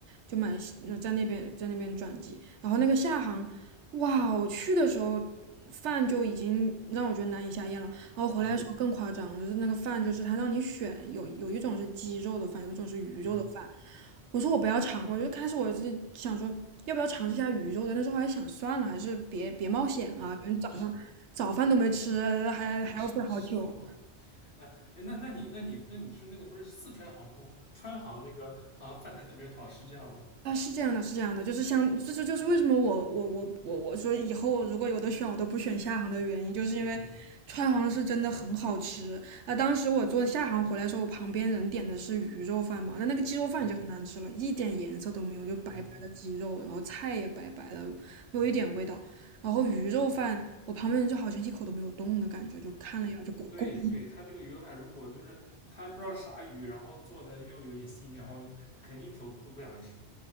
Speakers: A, on the right (about 80°); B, on the left (about 50°).
A: 就买那在那边在那边转机，然后那个厦航，哇哦，我去的时候饭就已经让我觉得难以下咽了，然后回来的时候更夸张，
B: 嗯
A: 就是那个饭就是他让你选，有有一种是鸡肉的饭，有一种是鱼肉的饭，
B: 嗯，
A: 我说我不要尝，我就开始我是想说要不要尝试一下鱼肉的，但是后来想算了，还是别别冒险啊，
B: 对对对，
A: 反正早上早饭都没吃，
B: 是的，
A: 还还要睡好久。
B: 嗯吃是这么 <laughs>，呃，哎，那那你那你那你就是那个不是四川航空川航那个好像饭菜特别好，是这样吗？
A: 啊，是这样的，是这样的，就是像这这就是为什么我我我我我说以后我如果有的选我都不选厦航的原因，就是因为川航是真的很好吃啊。
B: 嗯
A: 当时我坐厦航回来的时候，我旁边人点的是鱼肉饭嘛，那那个鸡肉饭已经很难吃了，
B: 嗯
A: 一点颜色都没有，就白白的鸡肉，
B: 嗯嗯
A: 然后菜也白白的，没有一点味道。
B: 嗯。
A: 然后鱼肉饭，我旁边人就好像一口都没有动的感觉，就看了一眼就滚滚。
B: 哦，对对，它这个鱼法饭如果就是它不知道啥鱼，然后做的又有点腥，然后就肯定一口都不想吃。